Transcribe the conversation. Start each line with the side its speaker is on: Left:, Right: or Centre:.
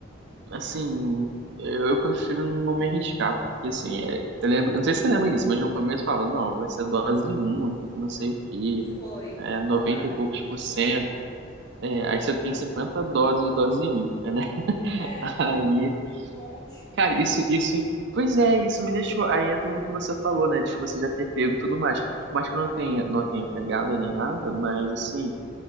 Right: assim, eu, eu prefiro não me arriscar, porque assim, é, eu lembro, eu não sei se você lembra disso, mas no começo eu falava, não, vai ser dose única, que não sei o quê,
Left: Foi.
Right: é, noventa
Left: Falaram.
Right: e poucos por cento, é, aí você tem 50 doses de dose única, né? <laughs>
Left: É,
Right: Aí,
Left: um monte.
Right: cara, isso, isso, pois é, isso me deixou, aí entra no que você falou, né, de você já ter pego e tudo mais, mas que eu não tenha, não tenha pegado nem nada, mas assim,